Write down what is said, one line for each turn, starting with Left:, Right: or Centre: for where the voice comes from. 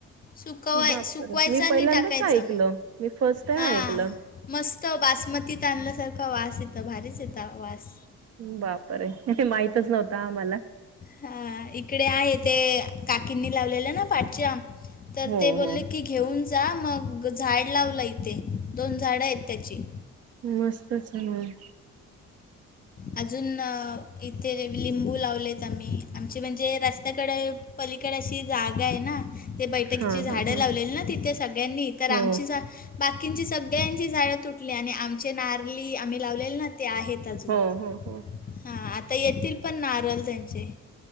Left: सुकवाय
Right: बापरं!
Left: सुकवायचा
Right: मी
Left: आणि
Right: पहिल्यांदाच
Left: टाकायचा
Right: ऐकलं मी फर्स्ट टाइम
Left: हां
Right: ऐकलं.
Left: मस्त बासमतीत तांदळा सारखा वास येत भारीच येत वास.
Right: बापरे माहितच नव्हतं आम्हाला.
Left: हा इकडे आहे ते काकींनी लावलेलं ना पाठच्या तर
Right: हो
Left: ते बोलले
Right: हो
Left: की. घेऊन जा मग झाड लावलं इथे दोन झाडं आहेत त्याची.
Right: मस्तच हा मग.
Left: अजून इथे लिंबू लावलेत आम्ही आमचे म्हणजे रस्त्याकडें. पलीकड अशी जागा आहे ना. ते बैठकीची
Right: हा
Left: झाडं
Right: हा हा
Left: लावलेली ना तिथे सगळ्यांनी तर आमची
Right: हो
Left: जागा. बाकींची सगळ्यांची झाडं तुटली आणि आमचे नारली आम्ही लावलेले ना. ते आहेत अजून
Right: हो हो हो
Left: हां आता येतील पण नारळ त्यांचे.